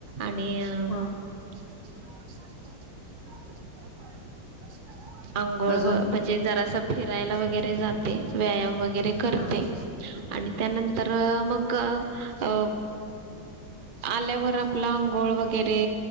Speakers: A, on the right; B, on the left.
A: आणि अ.
B: हां
A: ह <unintelligible> <unintelligible> आंघोळ
B: अजून
A: व म्हणजे जरास फिरायला वगैरे जाते. व्यायाम वगैरे करते.
B: हां
A: आणि त्यानंतर मग अ. आल्यावर आपला अंघोळ वगैरे